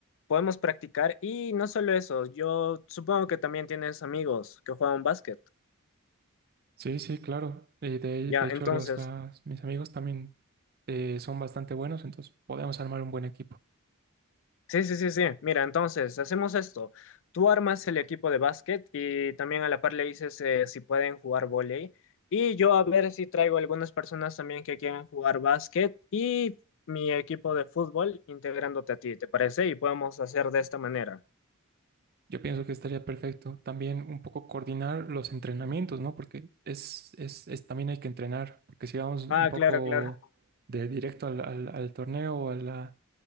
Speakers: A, on the left; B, on the right.
A: podemos practicar y no solo eso, yo supongo que también tienes amigos que juegan básquet.
B: Sí, sí, claro. Eh, de,
A: Ya,
B: de hecho,
A: entonces,
B: los, las, mis amigos también eh, son bastante buenos, entonces podemos armar un buen equipo.
A: sí, sí, sí, sí, mira, entonces hacemos esto, tú armas el equipo de básquet y también a la par le dices eh, si pueden jugar vóley y yo a ver si traigo algunas personas también que quieran jugar básquet y mi equipo de fútbol integrándote a ti, ¿te parece? Y podemos hacer de esta manera.
B: Yo pienso que estaría perfecto. También un poco coordinar los entrenamientos, ¿no? Porque es, es, es- también hay que entrenar, porque si vamos un
A: Ah,
B: poco
A: claro, claro.
B: de directo al, al, al torneo o a la-